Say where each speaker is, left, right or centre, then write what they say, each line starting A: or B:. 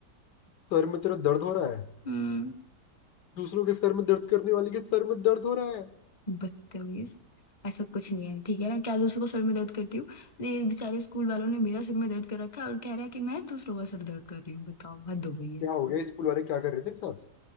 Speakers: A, on the left; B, on the left.
A: सर में तेरा दर्द हो रहा है
B: हम्म
A: दूसरों के सर में दर्द करने वाले के सर में दर्द हो रहा है
B: बदतमीज ऐसा कुछ नहीं है ठीक है ना क्या दूसरों को सर में दर्द करती हूँ ये बेचारे स्कूल वालों ने मेरा सिर में दर्द कर रखा है और कह रहा है कि मैं दूसरों का सर दर्द कर रही हूँ बताओ हद हो गई है
A: क्या हो गया स्कूल वाले क्या कर रहे थे तेरे साथ